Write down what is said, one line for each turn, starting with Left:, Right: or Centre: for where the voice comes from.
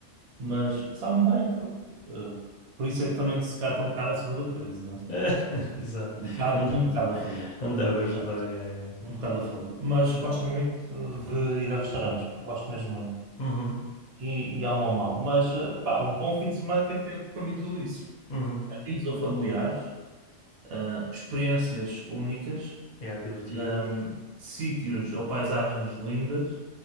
Right: Mas sabe-me bem, pronto. Eh, por isso é que também se calhar estou um bocado acima do peso, não é?
Left: <laughs> Exato.
Right: Um bocado,
Left: Andava,
Right: um bocado a favor.
Left: andava a ajudar.
Right: É,
Left: Yeah, yeah.
Right: Um bocado a favor. Mas gosto muito eh, de ir a restaurantes, pá, gosto mesmo muito.
Left: Uhum.
Right: E, e amo a mal. Mas, eh, pá, um bom fim de semana tem que ter para mim tudo isso.
Left: Uhum.
Right: Amigos ou familiares, eh, experiências únicas
Left: Yeah, divertidas.
Right: hum, sítios ou paisagens lindas,